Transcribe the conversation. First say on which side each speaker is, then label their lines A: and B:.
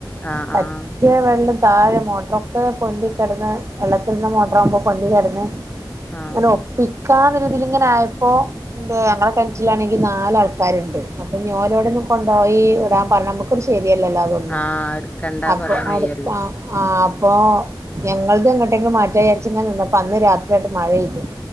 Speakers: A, on the left; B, on the right.
A: ആഹ്
B: പറ്റിയ
A: ആഹ്
B: വെള്ളം താഴെ മോട്ടോർ ഒകെ പൊന്തി കിടന്ന് വെള്ളത്തിൽ നിന്ന് മോട്ടറാകുമ്പോ പൊന്തി കിടന്ന്
A: ആഹ്
B: അങ്ങനെ ഒപ്പിക്കാനൊരുതിൽ ഇങ്ങനെ ആയപ്പോ ഞങ്ങളെ കിണറ്റിലാണെങ്കില് നാല് ആൾക്കാരുണ്ട് അപ്പൊ ഓരോടു ഒന്ന് കൊണ്ടുപോയി ഇടാൻ പറഞ്ഞ നമ്മ്ക് നമുക്കൊന്നും ശരിയല്ലല്ലോ അതൊന്നും
A: ആഹ് എടുക്കണ്ടാ
B: അപ്പൊ
A: പറയാൻ വയ്യല്ലോ
B: അടുത്താ ആഹ് അപ്പൊ ഞങ്ങളത് എങ്ങോട്ടെങ്കിലും മാറ്റാന്ന് വിചാരിച്ചു ഇങ്ങനെ നിന്നപ്പോ അന്ന് രാത്രിയാട്ട് മഴപെയ്ത്